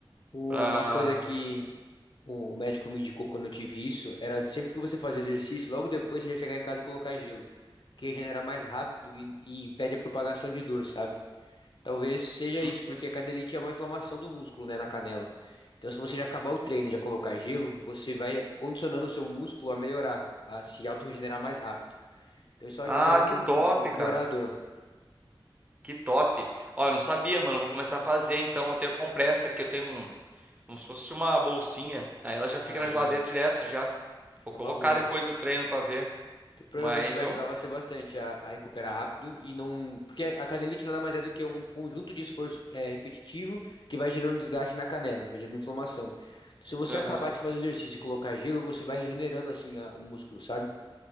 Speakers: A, on the left (about 60°); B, on the right (about 15°).
A: O-
B: pra...
A: Uma coisa que o médico me indicou quando eu tive isso era sempre que você fazer exercício, logo depois você já chegar em casa e colocar gelo, que regenera mais rápido e, e impede a propagação de dor, sabe? Talvez seja
B: Hum.
A: isso, porque a canelite é uma inflamação do músculo, né, na canela. Então, se você já acabar o treino e já colocar gelo, você vai condicionando o seu músculo a melhorar, a se autorregenerar mais rápido. Então, isso ajuda
B: Ah,
A: a não,
B: que top,
A: não piorar
B: cara,
A: a dor.
B: que top. Ó, eu não sabia, mano, eu vou começar a fazer então, eu tenho a compressa aqui, eu tenho um, como se fosse uma bolsinha, aí ela já fica
A: Ah,
B: na
A: boa.
B: geladeira direto já. Vou
A: É
B: colocar
A: uma boa.
B: depois do treino pra ver,
A: que provavelmente
B: mas
A: vai
B: vamos...
A: ajudar você bastante a, a recuperar rápido e não, porque a canelite nada mais é do que um conjunto de esforço eh, repetitivo que vai gerando desgaste na canela, vai gerando inflamação. Se você
B: Aham.
A: acabar de fazer exercício e colocar gelo, você vai regenerando assim a- o músculo, sabe?